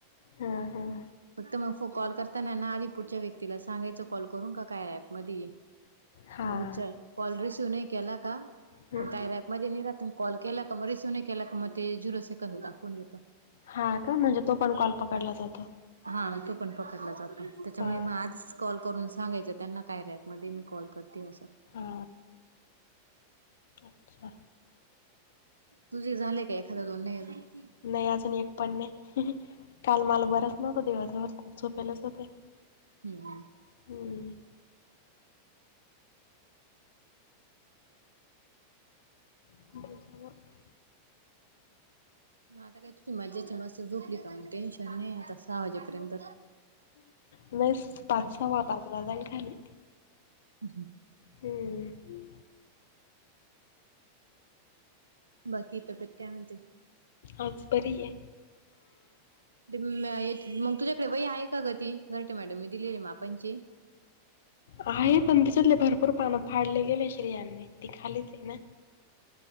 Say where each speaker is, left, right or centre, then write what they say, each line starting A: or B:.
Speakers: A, on the left; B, on the right.
A: हां, हां.
B: फक्त मग कॉल करताना ना आधी पुढच्या व्यक्तीला सांगायच कॉल करून का काय ऍप मध्ये ये
A: हां.
B: म उचल कॉल रिसिव्ह नाही केला का
A: हं.
B: पण काय र मध्ये नाही राहात कॉल केला क मग रिसिव्ह नाही केला क मग ते झिरो सेकंद दाखवून देतो
A: हा का म्हणजे तो पण कॉल पकडला जातो
B: हा तो पण पकडला जातो त्याच्यामुळे
A: हां,
B: मग आधीच कॉल करून सांगायच त्यांना कार्या अँप मध्ये मी कॉल करते असं
A: हा अच्छा
B: तुझे झाले काय एखादा दोन नाहीही
A: नाही अजुन एकपण नाही काल मला बरच नव्हतं दिवळजळ खूप झोपेलाच होते
B: हम्म
A: हम् <inaudible>
B: मग आता काय तुझी मजेची मस्त झोपली का टेन्शन नाही आता सहा वाजेपर्यंत
A: नाही पाच सव्वा पाचला जाईन खाली
B: ह हम
A: हम्म
B: बाकी तब्येत काय म्हनते
A: आज बरी आहे
B: ते मग तुझ्याकडे वही आहे का गती घरतेे मॅडम मी दिलेली मापांची
A: आहे पण त्याच्यातले भरपूर पानं फाडले गेले श्रियाने ती खालीच आहे ना